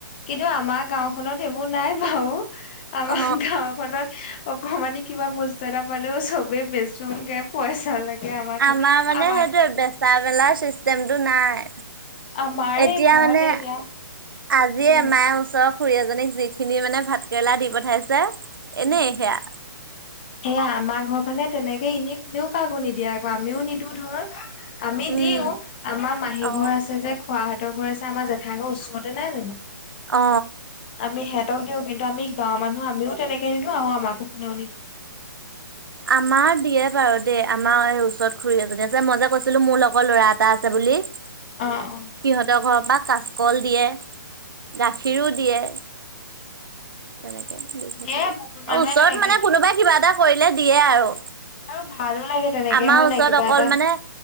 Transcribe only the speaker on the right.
অ
আমাৰ মানে
সেইটোয়ে বেচা বেলা চিষ্টেমতটো নাই।
এতিয়া
মানে
আজিয়ে
মায়ে ওচৰৰ খুৰী এ জনীক যিখিনি মানে ভাত কেৰেলা দি পঠাইছে
এনেই সেয়া।
উম
অ
অ,
আমাৰ দিয়ে বাৰু দেই আমাৰ স ওচৰত খুুৰী এজনী আছে মই যে কৈছিলো মোৰ লগৰ ল'ৰা এটা আছে বুলি, <inaudible>
সিহঁতৰ ঘৰৰ পৰা কাচকল দিয়ে গাখীৰো দিয়ে। তেনেকে দি থাকে
আৰু ওচৰত
মানে
কোনোবাই কিবা এটা কৰিলে দিয়ে আৰু।
আমাৰ
ওচৰত
অকল
মানে,